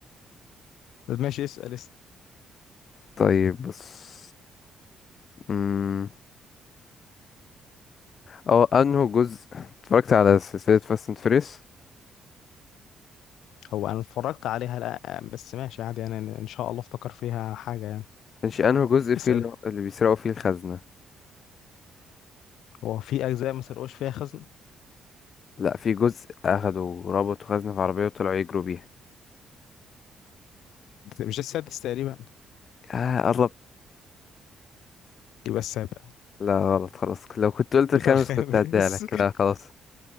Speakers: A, on the left (about 80°); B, on the left (about 50°).
A: طب ماشي اسال اسال
B: طيب بص أمم، اه أنه جزء اتفرجت على سلسلة فاست اند فيريس
A: هو انا اتفرجت عليها لا بس ماشي عادي يعني انا ان شاء الله افتكر فيها حاجه يعني
B: مش انه جزء فيه
A: اسال
B: اللي اللي بيسرقوا فيه الخزنة
A: هو في اجزاء ما سرقوش فيها خزن
B: لا في جزء اخدوا ربطوا خزنة في عربية وطلعوا يجروا بيها
A: مش ده السادس تقريبا
B: اه قرب
A: يبقى السابع
B: لا غلط خلاص لو كنت قلت
A: يبقى
B: الخامس
A: الخامس
B: كنت هديها لك لا خلاص